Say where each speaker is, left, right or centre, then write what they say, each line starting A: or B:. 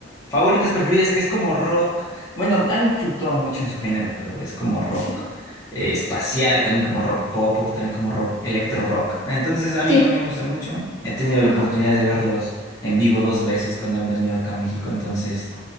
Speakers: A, on the left; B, on the left.
A: favoritas, preferidas, que es como rock. Bueno, han fluctuado mucho en su género, pero es como rock
B: Sí.
A: eh, espacial, también como rock pop, o también como rock, electro rock. Entonces, a mí,
B: Sí,
A: a mí me gustan mucho. He tenido
B: Ajá.
A: la oportunidad de verlos en vivo dos veces cuando han venido acá a México, entonces,